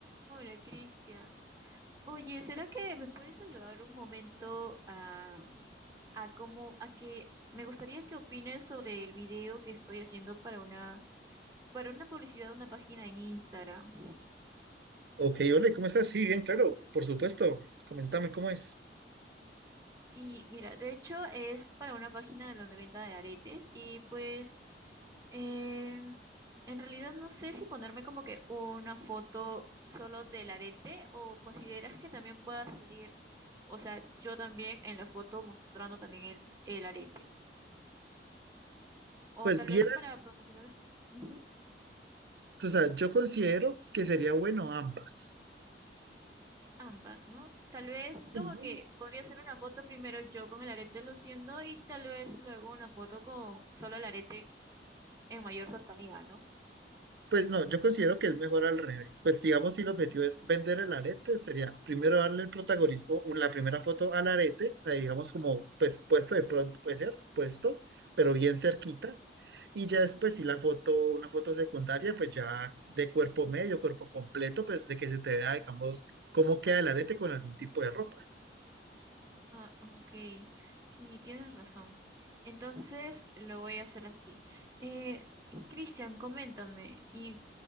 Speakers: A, on the right; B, on the right.
A: Hola, Cristian. Oye, ¿será que me puedes ayudar un momento a, a cómo, a que me gustaría que opines sobre el video que estoy haciendo para una, para una publicidad de una página en Instagram?
B: Ok, hola, ¿cómo estás? Sí, bien, claro, por supuesto. Coméntame cómo es.
A: Sí, mira, de hecho es para una página de la de venta de aretes y pues eh, en realidad no sé si ponerme como que una foto solo del arete o consideras que también pueda salir, o sea, yo también en la foto mostrando también el, el arete.
B: Pues
A: O tal
B: vieras,
A: vez para promocionar el- ujú,
B: o sea, yo considero que sería bueno ambas.
A: ambas, ¿no? Tal vez
B: Sí.
A: como que podría hacer una foto primero yo con el arete luciendo y tal vez luego una foto con solo el arete en mayor cercanía, ¿no?
B: Pues no, yo considero que es mejor al revés. Pues digamos, si el objetivo es
A: Ujú.
B: vender el arete, sería primero darle el protagonismo, un- la primera foto al arete, o sea, digamos como, pues puesto de pronto, puede ser, puesto, pero bien cerquita. Y ya después, si la foto, una foto secundaria, pues ya de cuerpo medio, cuerpo completo, pues de que se te vea, digamos, cómo queda el arete con algún tipo de ropa.
A: Ah, ok. Sí, tienes razón. Entonces lo voy a hacer así. Eh, Cristian, coméntame, ¿y